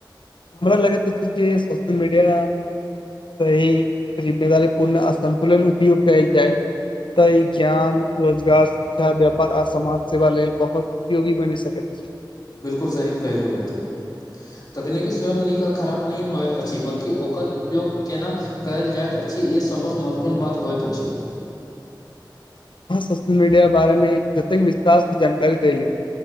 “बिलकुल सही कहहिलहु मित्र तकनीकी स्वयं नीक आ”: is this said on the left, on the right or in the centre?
Left